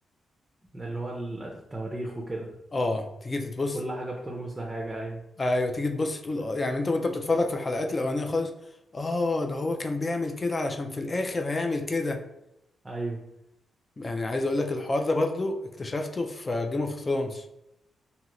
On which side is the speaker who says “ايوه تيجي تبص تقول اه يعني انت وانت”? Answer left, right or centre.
Left